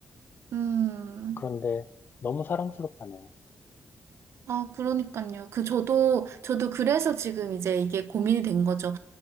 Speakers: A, on the right; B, on the left.
A: 음.
B: 그런데 너무 사랑스럽잖아.
A: 아, 그러니까요. 그, 저도, 저도 그래서 지금 이제 이게 고민이 된 거죠.